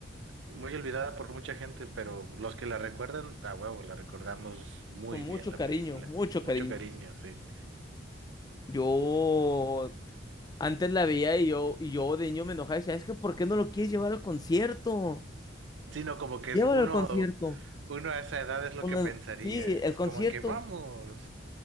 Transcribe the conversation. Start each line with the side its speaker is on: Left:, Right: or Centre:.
Right: Muy olvidada por mucha gente, pero los que la recuerdan, a huevo, la recordamos muy
Left: con mucho
Right: bien la
Left: cariño,
Right: película.
Left: mucho
Right: Mucho
Left: cariño.
Right: cariño, sí.
Left: Yo antes la veía y yo, y yo de niño me enojaba y decía, es que ¿por qué no lo quieres llevar al concierto?
Right: Sino como que
Left: Llévalo
Right: es uno,
Left: al concierto.
Right: uno a esa edad es lo
Left: Una-
Right: que pensaría.
Left: sí, el
Right: Es
Left: concierto.
Right: como que vamos.